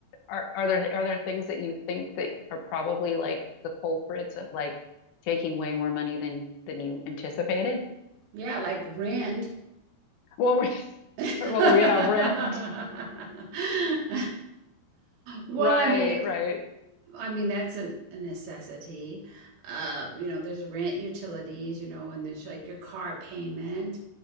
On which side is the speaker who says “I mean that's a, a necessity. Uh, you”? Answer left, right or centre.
Right